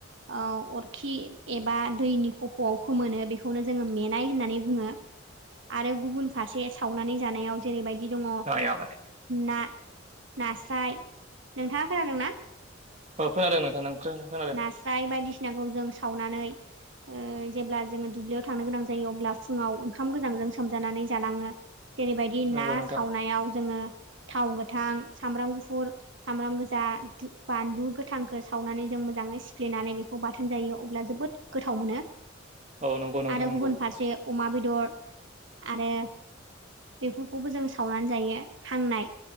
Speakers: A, on the right (about 65°); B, on the right (about 35°).
A: ओ अरखि एबा दैनि खफ'आव फोमोनो बेखौनो जोंङो मेनाय होननानै बुंङो। आरो गुबुन फारसे सावनानै जानायाव जेरैबायदि दंङ'
B: नाया माने
A: ना नास्राय नोंथांङा खोनादों ना?
B: औ खोनादों नोंथां खोनादों
A: नास्राय बायदिसिनाखौ जों सावनानै उम जेब्ला जोंङो दुब्लियाव थांनो गोनां जायो अब्ला फुंङाव ओंखाम गोजांजों सोमजानानै जालाङो जेरैबायदि ना
B: नंगौ नोंथां
A: सावनायाव जोंङो थाव गोथां सामब्राम गुफुर सामब्राम गोजा दि बानलु गोथांखौ सावनानै जों मोजांङै सिफ्लेनानै बेखौ बाथोन जायो अब्ला जोबोद गोथाव मोनो।
B: औ नंगौ नोंथां
A: आरो
B: नंगौ
A: गुबुन फारसे अमा बेदर आरो बेफोरखौबो जोंङो सावनानै जायो हांनाय